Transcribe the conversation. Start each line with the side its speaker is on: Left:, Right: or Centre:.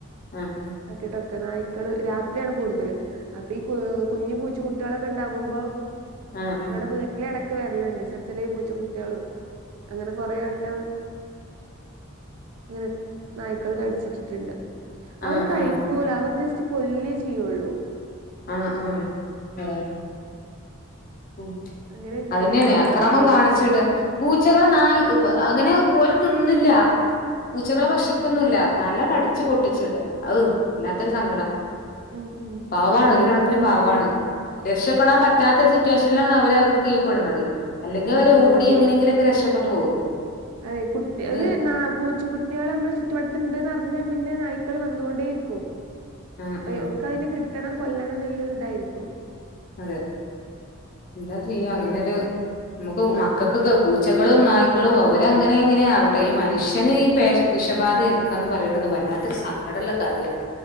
Left: ആഹ്
Right: ആക്കിടൊക്കെ നായി ക്കള് രാത്രിയാണ് കൂടുതല് അപ്പൊ ഈ കുഞ്ഞ് പൂച്ചു കുട്ടികളൊക്കെ ഉണ്ടാകുമ്പോ
Left: ആഹ്
Right: ഇവിടെ വീട്ടിലട വെരൽ ഉണ്ട് ചെറി ചെറിയ പൂച്ച കുട്ടികളും- അങ്ങനെ കൊറെ വട്ടം ഇങ്ങനെ നായ്ക്കൾ കടിച്ചിട്ടിട്ടുണ്ട്- അവർ
Left: ആഹ് ആഹ്
Right: കഴിക്കൂല
Left: ആഹ്
Right: അവർ ജസ്റ്റ് കൊല്ലീ ചെയ്യുള്ളൂ-
Left: ആ ആ അതാണ്-
Right: <inaudible>
Left: ഉം
Right: അങ്ങനെ ഇണ്ടായിട്ടുണ്ട്
Left: അതന്നെയണേ
Right: ഇവിടെ
Left: അക്രമം
Right: വീട്ടില്
Left: കാണിച്ചിട് പൂച്ചകള ന അങ്ങനെ പോല് തിന്നില്ലാ- പൂച്ചകളെ
Right: ഉം
Left: ഭക്ഷിക്കുന്നൂല്ല- തല കടിച്ചു പൊട്ടിച്ചിടുക ഔ വ ല്ലാത്തൊരു സങ്കടം-
Right: ഉം ഉം
Left: പവാണ്
Right: അതെ ഇവിടെ
Left: ഒരു കണക്കിന്
Right: അങ്ങനെ ഇണ്ടായിട്ടുണ്ട്
Left: പാവാണ് രക്ഷപ്പെടാൻ പറ്റ പറ്റാത്ത സി- ത്യാശയിലാണ് അവര അവർക്ക് കീ്ഴ്പെടുന്നത് അല്ലെങ്കിൽ
Right: ഉം
Left: അവര്
Right: ഉം
Left: ഓടി
Right: അതെ
Left: എങ്ങനെങ്കിലൊക്കെ രക്ഷപ് പെട്ട് പോകും
Right: അതെ കുട്ടി
Left: ഇത്
Right: ഒരു നാ പൂച്ച കുട്ട്യാള് നമ്മളെ ചുറ്റുവട്ടത്ത്ണ്ട്ന്ന് അർഞ്ഞ പിന്നെ നായ്ക്കൾ വന്നുകൊണ്ടേ ർക്കും
Left: ഉം ഉം
Right: ഓൽക്കതിനെ കിട്ട് കിട്ടണം കൊല്ലണം എന്നുള്ള ഇതായിരിക്കും
Left: അതെ എന്താ ചെയ്യ അങ്ങനെരു നമുക്ക് മക്കകൊക്കെ പൂച്ചകളും നായ്ക്കളും അവര അങ്ങനെ ഇങ്ങനെ ആവട്ടെ ഈ മനുഷ്യന് ഈ പേ വിഷബാധ ഏൽക്കാ എന്ന് പറയുന്നത് വല്ലാത്തരു സങ്കടള്ള കാര്യാണ്